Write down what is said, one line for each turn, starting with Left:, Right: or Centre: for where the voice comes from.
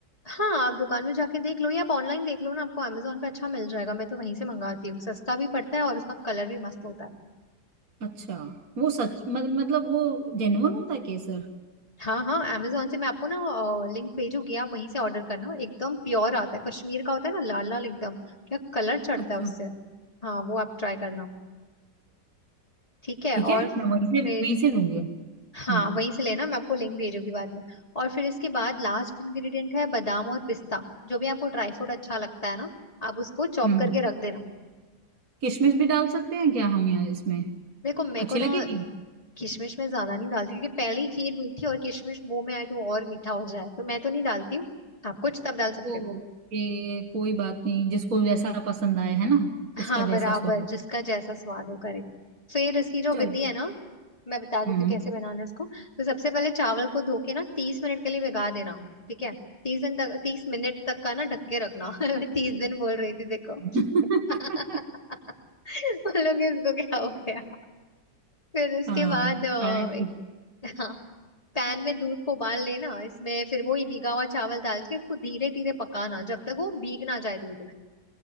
Left: हाँ आप दुकान में जाके देख लो या आप ऑनलाइन देख लो ना आपको अमेजोन पे अच्छा मिल जाएगा मैं तो वहीं से मंगाती हूँ सस्ता भी पड़ता है और उसका कलर भी मस्त होता है
Right: अच्छा वो सच मत, मतलब वो जेन्युइन होता है केसर
Left: हाँ हाँ amazon से मैं आपको ना लिंक भेजूंगी आप वहीं से ऑर्डर करना एकदम प्योर आता है कश्मीर का होता है ना लाल लाल एकदम क्या कलर चढ़ता
Right: अच्छा
Left: है उससे हाँ वो आप ट्राई करना ठीक है
Right: ठीक
Left: और
Right: है
Left: फिर
Right: मैं वहीं से वहीं से लूंगी अब
Left: हाँ
Right: हम्म
Left: वहीं से लेना मैं आपको लिंक भेजूंगी बाद में और फिर इसके बाद लास्ट इंग्रेडिएंट है बादाम और पिस्ता जो भी आपको ड्राई फ्रूट अच्छा लगता है ना आप उसको चॉप
Right: हम्म
Left: करके रख देना
Right: किशमिश भी डाल सकते हैं क्या हम यहाँ इसमें
Left: देखो मेरे
Right: अच्छी
Left: को ना
Right: लगेगी
Left: किशमिश में ज्यादा नहीं डालती क्योंकि पहली खीर मीठी और किशमिश मुंह में आए तो और मीठा हो जाए तो मैं तो नहीं डालती हूँ आप कुछ तब डाल सकते
Right: ओके
Left: हो
Right: कोई बात नहीं जिसको जैसा पसंद आए है ना
Left: हाँ
Right: जिसका
Left: बराबर
Right: जैसा स्वाद हो।
Left: जिसका जैसा स्वाद हो करेक्ट फिर इसकी जो
Right: चलो
Left: विधि है ना मैं बता देती
Right: हम्म
Left: हूँ कैसे बनाना है इसको तो सबसे पहले चावल को धो के ना तीस मिनट के लिए भिगा देना ठीक है तीस दिन तक तीस मिनट तक का ना ढक के रखना <laughs> मैं तीस दिन बोल रही थी देखो
Right: <laughs>
Left: <laughs> बोलोगे इसको क्या हो गया फिर उसके
Right: हाँ
Left: बाद
Right: लगता
Left: अ,
Right: है कुछ-
Left: एक- हाँ पैन में दूध को उबाल लेना इसमें फिर वही भीगा हुआ चावल डाल के उसको धीरे धीरे पकाना जब तक वो भीग ना जाए दूध में